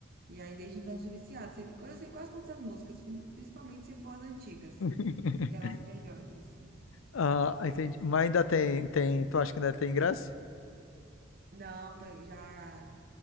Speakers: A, on the right (about 50°); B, on the left (about 90°).
A: E aí, desde então, eu sou viciada. Sei- Eu sei quase todas as músicas, prin- principalmente se for as antigas,
B: <laughs>
A: que eram as melhores, assim.
B: Ah, entendi. Mas ainda tem, tem. Tu acha que ainda tem ingresso?
A: Não, tá- já.